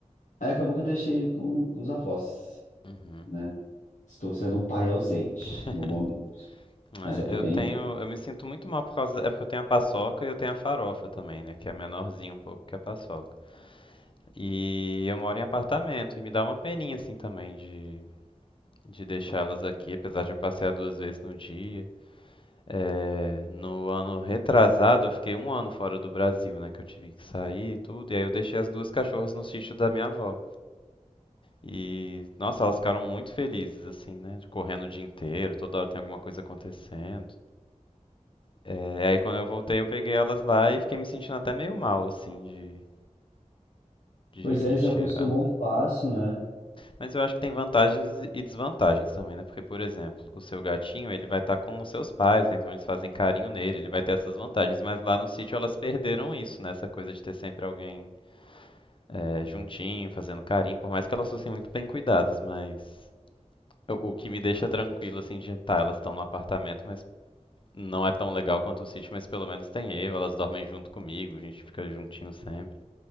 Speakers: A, on the left; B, on the left.
A: Aí acabou que eu deixei com os avós,
B: Uhum.
A: né? Estou sendo um pai ausente
B: <laughs>
A: no momento, mas é pro
B: É, eu
A: bem
B: tenho,
A: dele.
B: eu me sinto muito mal por causa, é porque eu tenho a paçoca e eu tenho a farofa também, né, que é menorzinho um pouco que a paçoca. E eu moro em apartamento e me dá uma peninha assim também de de deixá-las aqui, apesar de eu passear duas vezes no dia. É, no ano retrasado, eu fiquei um ano fora do Brasil, né, que eu tive que sair e tudo, e aí eu deixei as duas cachorras no sítio da minha avó. E, nossa, elas ficaram muito felizes, assim, né, de correndo o dia inteiro, toda hora tem alguma coisa acontecendo. É, aí quando eu voltei, eu peguei elas lá e fiquei me sentindo até meio mal, assim, de, de,
A: Pois é, eles
B: de tirar.
A: acostumam fácil, né?
B: Mas eu acho que tem vantagens e desvantagens também, né? Porque, por exemplo, o seu gatinho, ele vai estar com os seus pais, né? então eles fazem carinho nele, ele vai ter essas vantagens. Mas lá no sítio elas perderam isso, né? Essa coisa de ter sempre alguém é, juntinho, fazendo carinho, por mais que elas fossem muito bem cuidadas, mas o o que me deixa tranquilo, assim, de tá, elas estão no apartamento, mas não é tão legal quanto o sítio, mas pelo menos tem eu, elas dormem junto comigo, a gente fica juntinho sempre.